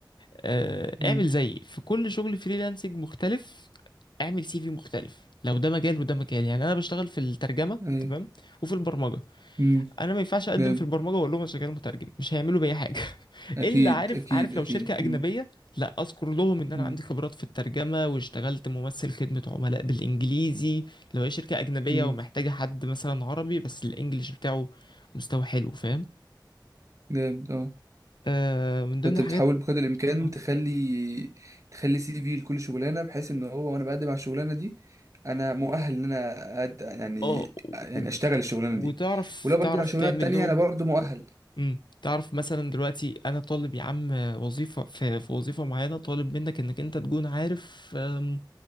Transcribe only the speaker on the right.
مم،
ايوه
مم،
جامد
اكيد
اكيد
اكيد
مم،
مم،
مم،
جامد اه
فانت
بتحاول بقدر الامكان
تخلي تخلي سي في لكل شغلانه بحيث ان هو وانا بقدم على الشغلانه دي انا مؤهل ان انا أد... يعني
يعني
اشتغل الشغلانه
دي ولو بقدم
على الشغلانه
التانيه
انا برضو مؤهل